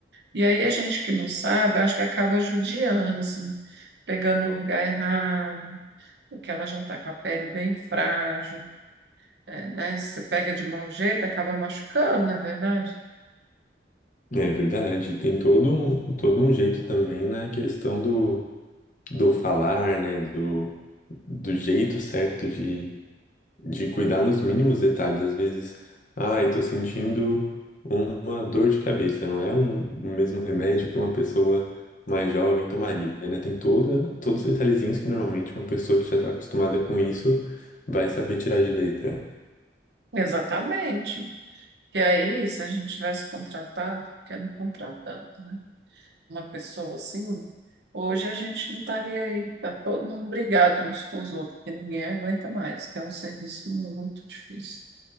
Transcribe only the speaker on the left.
É verdade, tem todo um, todo um jeito também na questão do, do falar, né? Do, do jeito certo de, de cuidar nos mínimos detalhes. Às vezes, ai, tô sentindo uma dor de cabeça, não é um, o mesmo remédio que uma pessoa mais jovem tomaria, né? Tem toda, todos os detalhezinhos que normalmente uma pessoa que já tá acostumada com isso vai saber tirar de letra.